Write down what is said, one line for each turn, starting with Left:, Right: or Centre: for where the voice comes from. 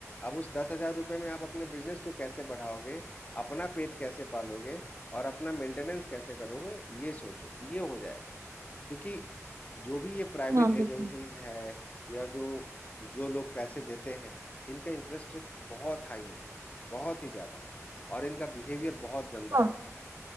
Left: अब उस दस हजार रुपए में आप अपने बिजनेस को कैसे बढ़ाओगे अपना पेट कैसे पालोगे और अपना मेंटेनेंस कैसे करोगे ये सोचो ये हो जाएगा क्योंकि जो भी ये प्राइवेट
Right: हाँ बिल्कुल
Left: एजेंसीज हैं या जो जो लोग पैसे देते हैं इनका इंटरेस्ट रेट बहुत हाई होता है बहुत ही ज्यादा और इनका बिहेवियर बहुत गंदा
Right: हाँ
Left: होता है